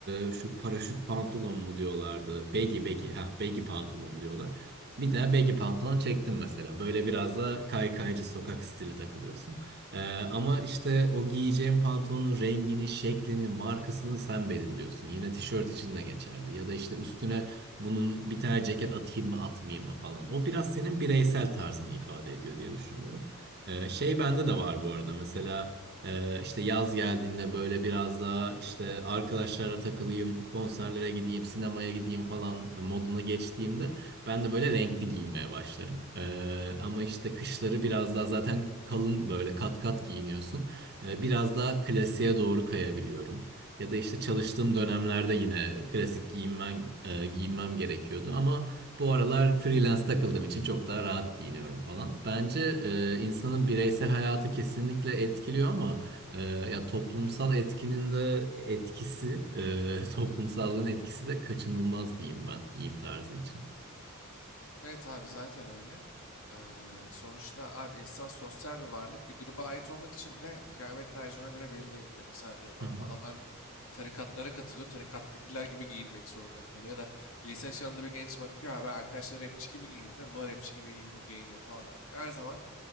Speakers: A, on the right; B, on the left.
A: e, şu paraşüt pantolon mu diyorlardı. Baggy baggy ha baggy pantolon diyorlar. Bir de baggy pantolon çektim mesela. Böyle biraz da kaykaycı sokak stili takılıyorsun. Ee, ama işte o giyeceğin pantolonun rengini, şeklini, markasını sen belirliyorsun. Yine tişört için de geçerli. Ya da işte üstüne bunun bir tane ceket atayım mı atmayayım mı falan. O biraz senin bireysel tarzını ifade ediyor diye düşünüyorum. Ee, şey bende de var bu arada. Mesela ee, işte yaz geldiğinde böyle biraz daha işte arkadaşlara takılayım, konserlere gideyim, sinemaya gideyim falan moduna geçtiğimde ben de böyle renkli giyinmeye başlarım. Ee, ama işte kışları biraz daha zaten kalın böyle kat kat giyiniyorsun. Ee, biraz daha klasiğe doğru kayabiliyorum. Ya da işte çalıştığım dönemlerde yine klasik giyinmen, e, giyinmem gerekiyordu ama bu aralar freelance takıldığım için çok daha rahat giyiniyorum falan. Bence e, insanın bireysel hayatı kesinlikle etkiliyor ama e, ya toplumsal etkinin de etkisi, e, <laughs> toplumsallığın etkisi de kaçınılmaz diyeyim ben giyim tarzı için.
B: Evet abi zaten öyle. Eee, sonuçta abi insan sosyal bir varlık. Bir gruba ait olmak için bile kıyafet tercihine göre belirleyebiliyor. Mesela diyelim
A: Hı
B: abi
A: hı.
B: adamlar tarikatlara katılıyor. Tarikattakiler gibi giyinmek zorunda kalıyor. Ya da lise çağında bir genç bakıyor abi arkadaşlar rapçi gibi giyiniyor değil mi? Bunlar rapçi gibi giyin- giyiniyor falan abi. Her zaman